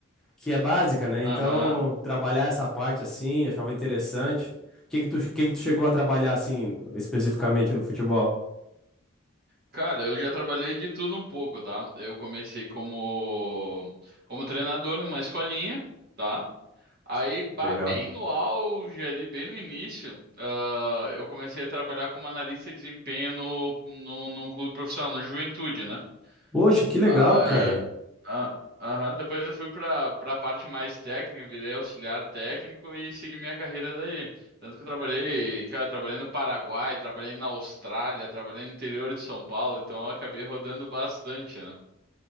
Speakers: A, in the centre; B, on the right.
A: que é básica, né?
B: Aham.
A: Então, trabalhar essa parte, assim, eu achava interessante. O que que tu, que que tu chegou a trabalhar, assim, especificamente no futebol?
B: Cara, eu já trabalhei de tudo um pouco, tá? Eu comecei como como treinador numa escolinha, tá? Aí, bah,
A: Legal.
B: bem no auge ali, bem no início, ah, eu comecei a trabalhar como analista de desempenho no, no, num clube profissional, no Juventude, né?
A: Poxa, que legal,
B: Aí,
A: cara.
B: ah, aham, depois eu fui para para a parte mais técnica, virei auxiliar técnico e segui minha carreira daí. Tanto que eu trabalhei, cara, trabalhei no Paraguai, trabalhei na Austrália, trabalhei no interior de São Paulo, então eu acabei rodando bastante, né?